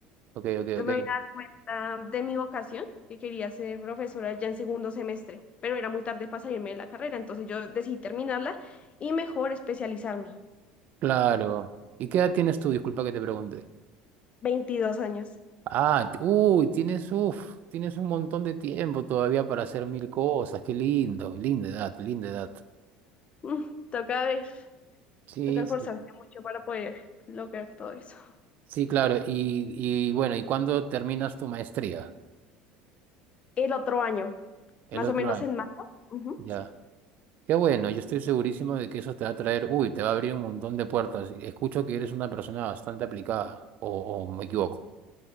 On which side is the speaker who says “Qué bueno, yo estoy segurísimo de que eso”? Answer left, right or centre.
Right